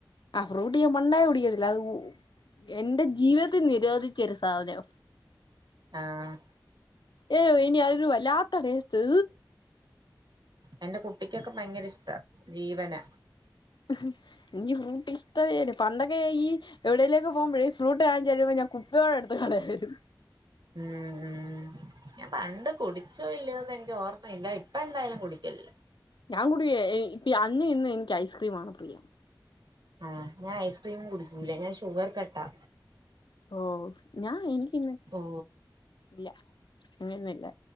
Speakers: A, on the left; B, on the right.
A: ആ ഫ്രൂട്ടി ഞാൻ പണ്ടേ കുടിക്കത്തില്ല അത് ഉ എന്റെ ജീവിതത്തിൽ നിരോധിച്ച ഒരു സാധനാ
B: ആഹ
A: ഏോ ഇനി അതൊരു വല്ലാത്ത ടേസ്റ്റ്ത്
B: എന്റെ കുട്ടിക്കൊക്കെ ഭയങ്കര ഇഷ്ട ജീവനാ
A: ഹ്ഹേ ഇനി ഫ്രൂട്ടി ഇ പണ്ടൊക്കെ ഈ എവിടെലും പോകുമ്പഴേ ഇ ഫ്രൂട്ടി വാങ്ങിച്ച്തരുബോ ഞാൻ കുപ്പിയോടെടുത്ത് കളയും
B: ഉം ഉം ഞാൻ പണ്ട് കുടിച്ചോ ഇല്ലയോന്നു എനിക്ക് ഓർമ്മയില്ല ഇപ്പ എന്തായാലും കുടിക്കലില്ല
A: ഞാൻ കൂടി കായില്ലാ ഇപ്പ അന്നും ഇന്നും എനിക്ക് ഐസ്ക്രീം ആണ് പ്രിയം
B: ആഹ ഞാൻ ഐസ്ക്രീം കുടിക്കൂല ഞാൻ ഷുഗർ കട്ടാ
A: ഓ ഞാ എനിക്കിന്ന്
B: ഓ
A: ഇല്ല അങ്ങനെയന്നല്ലേ